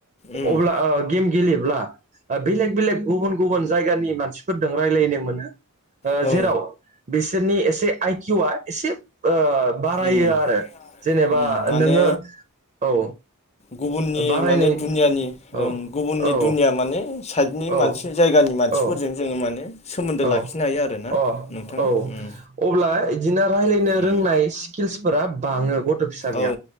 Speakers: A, on the left; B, on the right.
A: उम
B: अब्ला गेम गेलेब्ला बेलेग बेलेग गुबुन गुबुन जायगानि मानसिफोरजों रायज्लायनो मोनो।
A: औ
B: जेराव बिसोरनि एसे आइकिउआ एसे बारायो
A: उम
B: आरो जेनेबा
A: उम माने
B: नोङो औ।
A: गुबुननि
B: बारायनाय
A: माने दुनियानि
B: औ
A: ओ गुबुननि
B: औ
A: दुनिया माने। साइडनि
B: औ
A: मानसि जायगानि मानसिफोरजों
B: औ
A: जोङो माने। सोमोन्दो लाखिनो
B: औ
A: हायो आरोना
B: अ
A: नोंथां
B: औ
A: उम
B: अब्ला बिदिनो राय्लायनो
A: उम
B: रोंनाय। स्किल्सफोरा बाङो गथ' फिसानिया
A: औ